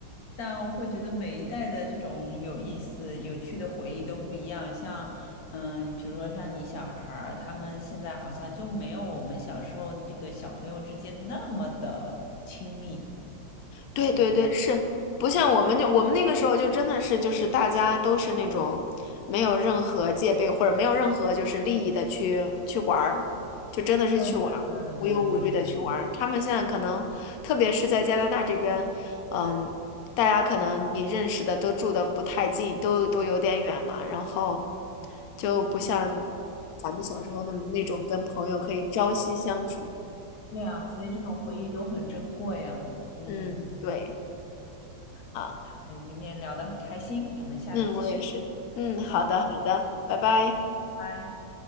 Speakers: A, on the left; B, on the left.
A: 但我会觉得每一代的这种有意思、有趣的回忆都不一样。像，嗯，比如说像你小孩儿，他们现在好像就没有我们小时候这个小朋友之间那么的亲密。
B: 对对对，
A: 我
B: 是不像我们就我们那个时候就真的是就是大家都是那种没有任何戒备或者没有任何就是利益的去去玩儿，就真的是去玩儿，
A: 对对对对对对，
B: 无无忧无虑的去玩儿。他们现在可能特别是在加拿大这边，嗯，大家可能你认识的都住的不太近，都都有点远嘛，然后就不像咱们小时候那那种跟朋友可以朝夕相处。
A: 对啊，所以这种回忆都很珍贵啊。嗯，
B: 嗯，对。啊。
A: 那今天聊得很开心，我们下次继续。
B: 嗯，我也是。嗯，好的，
A: 好，
B: 好的，拜拜。
A: 拜。